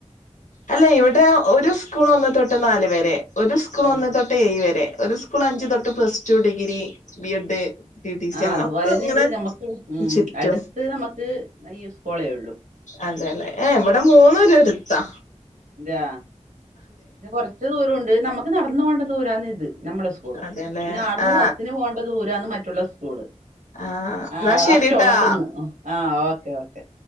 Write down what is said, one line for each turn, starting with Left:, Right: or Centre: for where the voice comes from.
Left: അല്ല ഇവിടെ ടെ ഒരു സ്കൂൾ ഒന്ന് തൊട്ട് നാല് വരെ ഒരു സ്കൂൾ
Right: ആഹ്
Left: ഒന്ന് തൊട്ട് ഏയ്‌വരെ ഒരു സ്കൂൾ അഞ്ച്തൊട്ട്
Right: ആഹ്
Left: plus two degree B Ed TT C
Right: ആഹ്
Left: അങ്ങനെ
Right: അതുപോലെന്നെണ്ട്
Left: ഒക്കെങ്ങനെ
Right: നമ്മക്ക് ഉം
Left: ചുറ്റും
Right: അടുത്ത് നമ്മക്ക് ഈ സ്കൂളേ ഉള്ളു
Left: അതെല്ലെ ഏ ഇവിടെമൂന്നു ഒര്എട്ത്താ
Right: ന്തയാ ന്നെ കൊറച്ച് ദൂരുണ്ട് നമക്ക് നടന്നൊവേണ്ട ദൂരന്ന്ത് നമ്മുളെസ്കൂള്
Left: അതെല്ലേ
Right: പിന്നെആട്ന്ന്
Left: ആ
Right: ബസ്സിന്പോണ്ട ദൂരാന്ന് മറ്റുള്ളസ്കൂള്
Left: ആ
Right: ആആ
Left: എന്നാ ശരിട്ടാ
Right: അ സ്റ്റോപ്പ്ന്ന് ആ ഓക്കെ ഓക്കെ